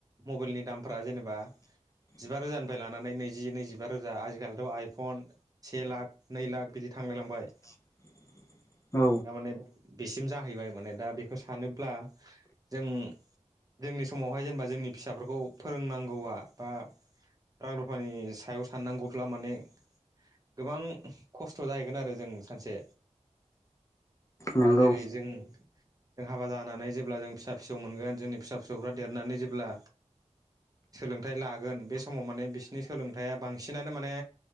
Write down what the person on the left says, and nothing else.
<inaudible>
<inaudible> औ
नंगौ